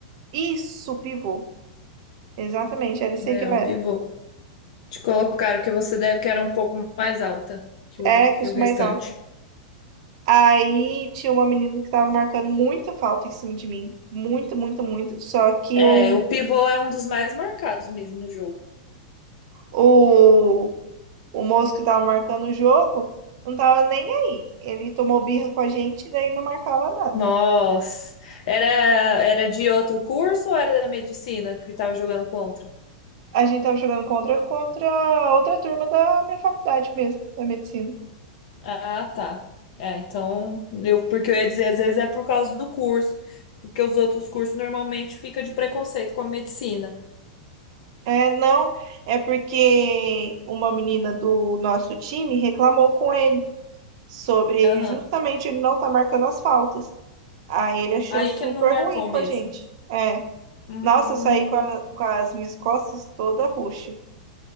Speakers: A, on the right; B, on the left.
A: isso, pivô. Exatamente, era isso
B: É,
A: aí que eu
B: o
A: era.
B: pivô. Te colocaram que você deve que era um pouco mais alta que o,
A: É, que
B: que
A: eu sou
B: o restante.
A: mais alta. Aí tinha uma menina que tava marcando muita falta em cima de mim. Muito, muito, muito. Só que
B: É,
A: o,
B: o pivô é um dos mais marcados mesmo no jogo.
A: o, o moço que tava marcando o jogo não tava nem aí. Ele tomou birra com a gente, daí não marcava nada.
B: Nossa, era era de outro curso ou era da medicina que tava jogando contra?
A: A gente tava jogando contra, contra outra turma da minha faculdade mesmo, da medicina.
B: Ah, tá. Ah, então, eu porque eu ia dizer, às vezes é por causa do curso, porque os outros cursos normalmente fica de preconceito com a medicina.
A: É, não, é porque uma menina do nosso time reclamou com ele. sobre
B: Aham.
A: justamente ele não tá marcando as faltas. Aí ele achou
B: Aí
A: super
B: que ele não marcou
A: ruim com
B: mesmo.
A: a gente. É.
B: Hum.
A: Nossa, eu saí com, a- com as minhas costas toda roxa.